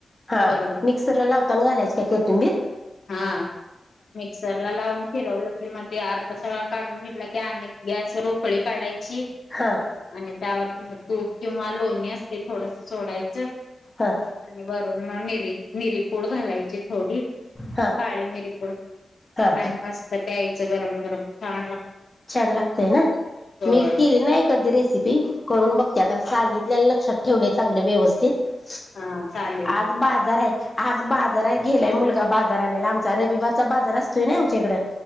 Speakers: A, on the left (about 20°); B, on the left (about 55°).
A: हा
B: वरून
A: हा मिक्सरला लावताना घालायच काय कतिंबीर
B: हा मिक्सर ला लावून फिरवलं की म ते अर्थ सगळा काढून घेतला की अ गॅसवर उकळी काढायची.
A: हा
B: आणि त्यावरतीि तूप किंवा लोणी असते थोडस सोडायचं.
A: हा.
B: आणि वरून मग मिरी मिरी पूड घालायची. थोडी
A: हा
B: काळी मिरीकड
A: हा
B: आणि
A: हा
B: मस्त प्यायचं गरम गरम छान लागत
A: छान लागतय ना
B: होय
A: मी केले ना एधी रेसिपी करून बघते आता सांगितल्या लक्षात ठेवलेय चांगले व्यवस्थित
B: हा चालेल.
A: आज बाजार आहे आज बाजार आहे गेलाय मुलगा बाजार आणायला आमचा रविवारचा बाजार असतोय ना आमच्या इकडं.